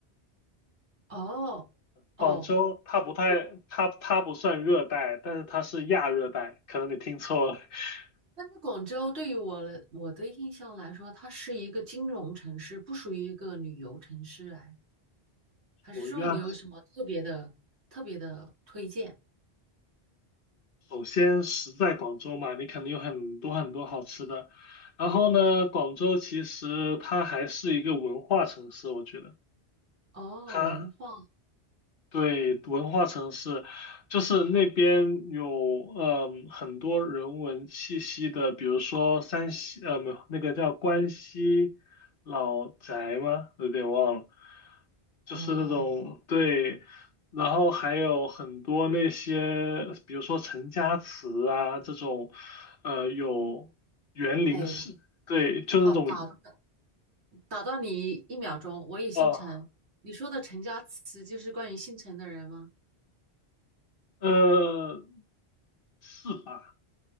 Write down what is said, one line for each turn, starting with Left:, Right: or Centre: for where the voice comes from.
Right: 哦，
Left: 广州它不太，
Right: 哦，
Left: 它它不算热带，但是它是亚热带，可能你听错了。<laughs>
Right: 但是广州对于我来我的印象来说，它是一个金融城市，不属于一个旅游城市。哎，还是说你有什么特别的、
Left: 五月啊。
Right: 特别的推荐？
Left: 首先食在广州嘛，你肯定有很多很多好吃的。然后呢，广州其实它还是一个文化城市，我觉得
Right: 哦，
Left: 它
Right: 文化，
Left: 对，文化城市，就是那边有嗯很多人文气息的，比如说山西，呃，没有，那个叫关西老宅吗？有点忘了，就是那种对，
Right: 哦，
Left: 然后还有很多那些，比如说陈家祠啊这种，呃，有园林式，
Right: 哎，
Left: 对，就那种，
Right: 好，打打打到你一秒钟，我也姓陈。
Left: 啊，
Right: 你说的陈家祠就是关于姓陈的人吗？
Left: 呃，是吧？